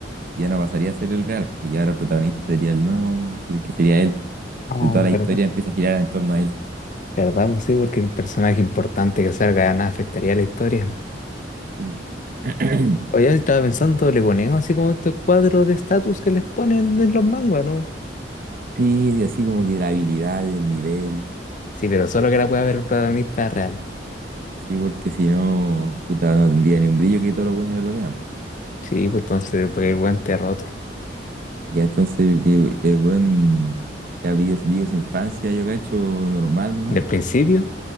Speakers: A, on the right; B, on the left.
A: ya no pasaría a ser el real, pues ya ahora el protagonista sería el nuevo, el que sería él.
B: Oh,
A: De toda la
B: ¿verdad?
A: historia empieza a girar en torno a él.
B: ¿Verdad? Pues sí, porque un personaje importante que salga de nada afectaría a la historia.
A: Sí, po. <clears throat>
B: Oye, estaba pensando, le ponemos así como estos cuadros de estatus que les ponen en los manguas, ¿no?
A: Sí, así como que la habilidad, el nivel,
B: Sí, pero solo que la pueda ver el protagonista real.
A: sí, porque si no, puta, no tendría ni un brillo que todos los buenos lo vean. pues.
B: Sí, pues entonces, pues el weón te roto.
A: Ya entonces, que el buen ya vive, su vive su infancia, yo cacho, normal nomás.
B: ¿Del principio